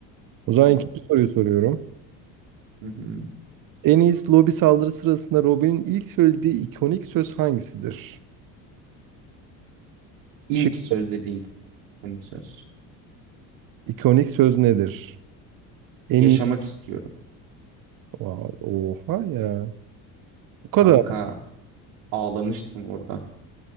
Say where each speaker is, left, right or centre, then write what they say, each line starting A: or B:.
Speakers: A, on the right; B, on the right.
A: O zaman
B: Tamam.
A: ikinci soruyu soruyorum.
B: Hı hı.
A: En iyisi lobi saldırı sırasında Robin'in ilk söylediği ikonik söz hangisidir?
B: İlk
A: Şık
B: söz dediği ilk. konik söz.
A: ikonik söz nedir? En
B: yaşamak
A: iyi
B: istiyorum.
A: Vay, Oha ya. Bu kadar.
B: Kanka ağlamıştım orada.